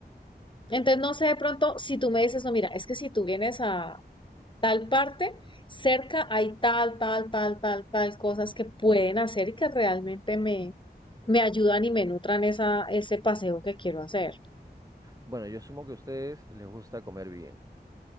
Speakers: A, on the left; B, on the right.
A: Entonces no sé de pronto si tú me dices, no, mira, es que si tú vienes a tal parte, cerca hay tal, tal, tal, tal, tal cosas que pueden hacer y que realmente me, me ayudan y me nutran esa, ese paseo que quiero hacer.
B: Bueno, yo asumo que a ustedes les gusta comer bien.